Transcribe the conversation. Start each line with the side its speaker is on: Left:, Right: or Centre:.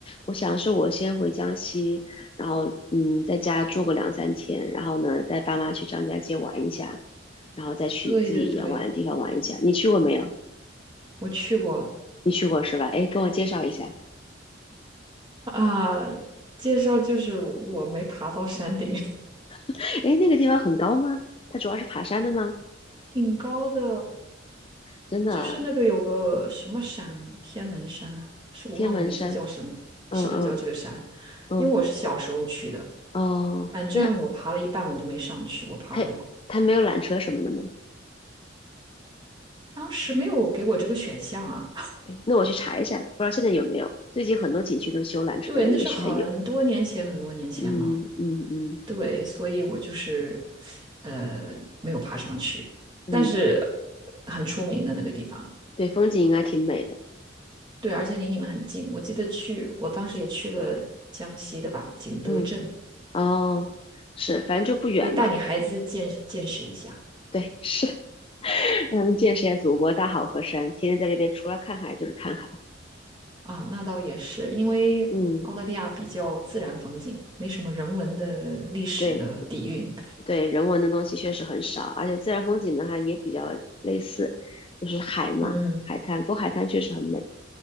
Left: 我想是我先回江西，然后嗯，在家住个两三天，然后呢，带爸妈去张家界玩一下，然后再去自己想玩的地方玩一下。
Right: 对对对，
Left: 你去过没有？
Right: 我去过
Left: 你去过是吧？诶，跟我介绍一下。
Right: 啊。介绍就是我没爬到山顶，
Left: <laughs> 哎，那个地方很高吗？它主要是爬山的吗？
Right: <laughs> 挺高的，
Left: 真的，
Right: 就是那个有个什么山啊，天门山啊，是我忘了名字叫什么，
Left: 天门山。嗯嗯
Right: 是不是叫这个山？
Left: 嗯，
Right: 因为我是小时候去的，
Left: 哦，
Right: 反正我爬了一半我就没上去，
Left: 那
Right: 我爬不了。
Left: 它它没有缆车什么的吗？
Right: 当时没有给我这个选项啊。
Left: 哎，那我去查一下，不知道现在有没有。最近很多景区都修缆车了，
Right: 对，那是很多年前，
Left: 也许还有。
Right: 很多年前了。
Left: 嗯嗯嗯
Right: 对，所以我就是呃没有爬上去，
Left: 嗯，
Right: 但是很出名的那个地方。
Left: 对，风景应该挺美的。
Right: 对，而且离你们很近。我记得去，我当时也去了江西的吧，景德镇，
Left: 嗯，哦，是，反正就不远嘛。
Right: 可以带你孩子见见识一下
Left: 对，是，<laughs> 让他们见识一下祖国大好河山，天天在这边除了看海就是看海。
Right: 啊。那倒也是，因为澳大利亚比较自然风景，
Left: 嗯，
Right: 没什么人文的历史的底蕴。
Left: 对，对人文的东西确实很少，而且自然风景的话也比较类似，就是海嘛，
Right: 嗯，
Left: 海滩。不过海滩确实很美。